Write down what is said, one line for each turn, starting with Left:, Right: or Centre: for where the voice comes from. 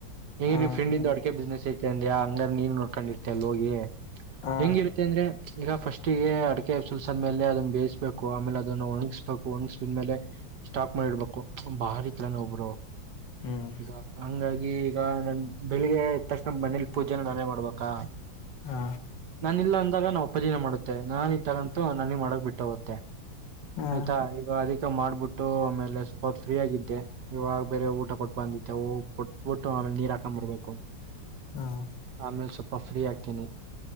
Right: ಹಗ
Left: ಆ
Right: ಫ್ರೆಂಡಂದು ಅಡಿಕೆ ಬಿಸ್ನೆಸ್ ಐತೆ ಅಂದ್ಯಾಾ ಹಂಗ ನೀ ನೋಡ್ಕೊಂಡಿರ್ತ ಅಲ್ ಹೋಗಿ
Left: ಆ
Right: ಹೆಂಗಿರುತ್ತೆ ಅಂದ್ರೆ ಈಗ ಫಸ್ಟ್ ಹೇ ಲ್ಸ್ಂದ್ಮೇಲೆ ಅದನ್ನ ಬೇಯಿಸ್ಬೇಕು ಆಮೇಲೆ ಅದನ್ನ ಒಣಗಿಸ್ಬೇಕು ಒಣಗಸಿದ್ಮೇಲೆ ಸ್ಟಾಪ್ ಮಾಡಿಡ್ಬೇಕು ಬಾರ್ ಇತ್ಲಾನ ಒಬ್ರು
Left: ಹ್ಮ್
Right: ಈಗ ಹಂಗಾಗಿ ಈಗ ನನ್ ಬೆಳಿಗ್ಗೆ ತಕ್ಷಣ ಮನೇಲಿ ಪೂಜೆನ ನಾನೇ ಮಾಡ್ಬೇಕಾ
Left: ಆ
Right: ನಾನ ಇಲ್ಲ ಅಂದಾಗ ನಮ್ಮ ಅಪ್ಪಾಜಿ ಮಾಡುತ್ತೆ ನಾನ ಇದ ತಗಂತು ನನಗ್ ಮಾಡಕ್ ಬಿಟ್ಟ ಹೋಗುತ್ತೆ
Left: ಆ
Right: ಆಯ್ತಾ ಈಗ ಅದಿಕ ಮಾಡ್ಬಿಟ್ಟ ಆಮೇಲೆ ಸ್ವಲ್ಪ ಫೀ ಆಗಿದ್ದ ಇವಾಗ ಬೇರೆ ಊಟ ಕೊಟ್ಟು ಬಂದಿತೆ ಕೊಟ್ಬಟ್ಟು ಆಮೇಲೆ ನೀರ್ ಹಾಕೊಂಡ್ಂಬರ್ಬೇಕು
Left: ಆ
Right: ಆಮೇಲೆ ಸ್ವಲ್ಪ ಫ್ರೀ ಹಾಕ್ತೀನಿ